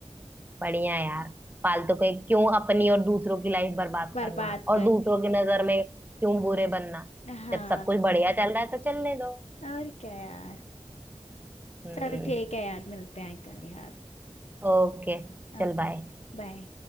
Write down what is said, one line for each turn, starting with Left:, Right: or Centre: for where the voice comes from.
Right: बढ़िया यार फालतू के क्यों अपनी और दूसरों की लाइफ बर्बाद
Left: बर्बाद
Right: करना और
Left: कर
Right: दूसरों
Left: ले
Right: की नजर में क्यों बुरे बनना
Left: हाँ
Right: जब सब कुछ बढ़िया चल रहा है तो चलने दो
Left: और क्या यार
Right: हम्म
Left: चल ठीक है यार मिलते हैं कल यार
Right: ओके चल
Left: ओके
Right: बाय
Left: Bye bye